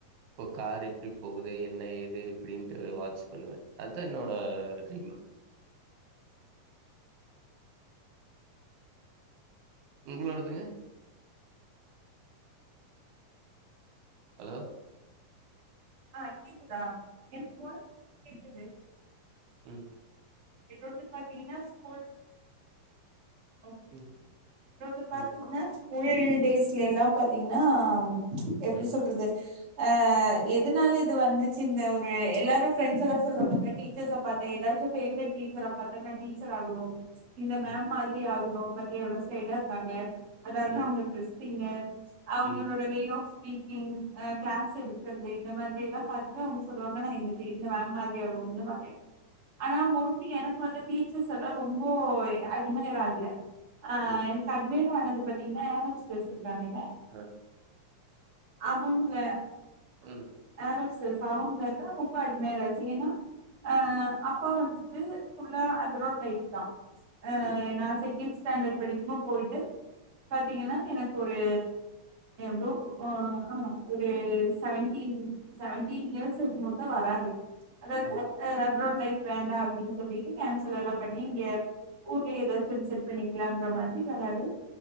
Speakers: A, on the right; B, on the right.
A: இப்ப கார் எப்டி போகுது என்ன ஏது இப்டின்ட்டு வாச் பண்ணுவே என்னோட ட்ரீம் உங்ளோடது ஹலோ
B: ஆஹ் கேக்குதா எனக்கு வாய்ஸ் கேக்குது
A: உம்
B: என்னோடது பாத்தீங்கன்னா ஸ்போட் ஓகே
A: ம்
B: என்னோடது பாத்தீங்கன்னா
A: ம்
B: ஸ்கூல் டேஸ்ல எல்லாம் பாத்தீங்கன்னா எப்படி
A: ம்
B: சொல்றது ஆஹ் எதுனால இது வந்துச்சு இந்த ஒரு எல்லாரும் ஃப்ரெண்ட்ஸ் எல்லாம் சொல்வாங்க டீச்சர்ஸ பாத்தா ஏதாச்சும் பேவரட் டீச்சர பாத்தா நான் டீச்சர் ஆகணு இந்த மேம்
A: ம்
B: மாறி மாரி ஆகணும் பத்தியா எவ்ளோ ஸ்டைலா இருக்காங்க அதனால
A: ம்
B: தான் அவங்க டிரஸ் ங்க அவங்களோட
A: ம் ம்
B: வே யாஃப் ஸ்பீக்கிங் நா ஃக்ளாஸ் எடுக்கறதே இந்த மாதிரி எல்லா பாத்துட்டு அவுங்க சொல்லுவாங்க நா <unintelligible> இந்த மேம் மாதிரி ஆகுனு இந்த மாதிரியு ஆனா மோஸ்ட்லி எனக்கு வந்து டீச் ஃபுருட்ஸ் எல்லா ரொம்போய் அதிகமாய் ஏறாதுல்ல ஆ
A: ம். ம்
B: எ தமிழ் சோ ஆனா அது பாத்தீங்கன்னா ஃஏரோஸ்டஸ் இருக்காங்கல்ல
A: அ
B: அவுங்க
A: ம்
B: ஏரோஸ் செரி பாவம் நேத்தா முப்பா அட்மேராய்ச்சு ஏனா ஆ
A: ம்
B: அப்பா வந் இது ஃபுல்லா அந்த ரோட் லைட்தா ஆ
A: ம்
B: எ நா செகண்ட் ஸ்டாண்டர்ட் படிக்குமோ போயிட்டு பாத்தீங்கனா
A: ம்
B: எனக்கு ஒரு எவ்ளோ ஆ ஆஹ் ஒரு சவன்டீன் சவன்டீன் இயர்ஸ் இருக்கும்போதுதா வராரு அதாவது
A: ம்
B: ஆ ஃப்ரோன் லைட் வேண்டா அப்டின்னு சொல்லிட்டு கேன்சல் எல்லா பண்ணி இங்க ஓகே எதாச்சு டுன் செட் பண்ணிக்லா அங்க மாதிரி வராது